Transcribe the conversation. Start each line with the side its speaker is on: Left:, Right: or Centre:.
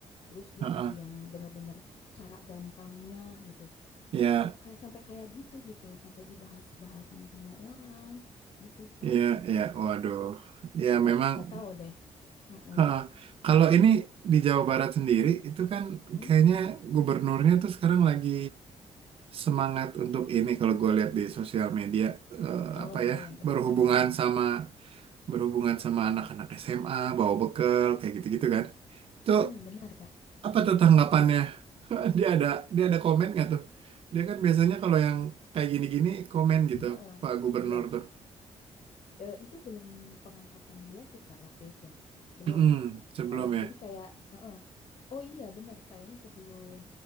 Left: terus dia
Right: heeh.
Left: kasih yang benar-benar cara gampangnya gitu
Right: Ya,
Left: itu tuh kayak sampai kayak gitu gitu sampai dibahas-bahas sama semua orang gitu Kak
Right: ya, ya. Waduh. Ya
Left: tapi
Right: memang.
Left: nggak tahu deh Mm-mm.
Right: heeh. Kalau ini di Jawa Barat sendiri itu kan
Left: Mm?
Right: kayaknya gubernurnya tuh sekarang lagi semangat untuk ini kalau gue lihat di sosial media eh, apa
Left: Oh iya
Right: ya
Left: yang sekarang
Right: berhubungan
Left: ya.
Right: sama berhubungan sama anak-anak SMA bawa bekal kayak gitu-gitu kan. Itu
Left: Mm-mm, benar, Kak.
Right: apa tuh tanggapannya? <laughs> Dia ada dia ada komen nggak tuh? Dia kan biasanya kalau yang kayak gini-gini komen gitu
Left: Heeh.
Right: Pak Gubernur
Left: Iya,
Right: tuh.
Left: Eh, itu belum pengangkatan dia sih Kak waktu itu. Belum.
Right: Mm-mm, sebelum
Left: Heeh,
Right: ya.
Left: jadi kayak heeh. Oh iya benar, kayaknya sebelum